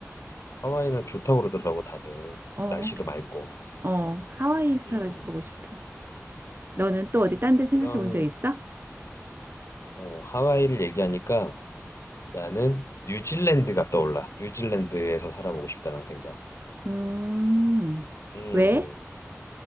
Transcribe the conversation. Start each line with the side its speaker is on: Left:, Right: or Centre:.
Left: 하와이는 좋다고 그러더라고, 다들.
Right: 어,
Left: 날씨도 맑고.
Right: 어, 하와이에서
Left: 음,
Right: 살아보고 싶어. 너는 또 어디 딴 데 생각해
Left: 그런,
Right: 본 적 있어?
Left: 어, 하와이를 얘기하니까 나는 뉴질랜드가 떠올라. 뉴질랜드에서 살아보고 싶다는 생각.
Right: 음,
Left: 음.
Right: 왜?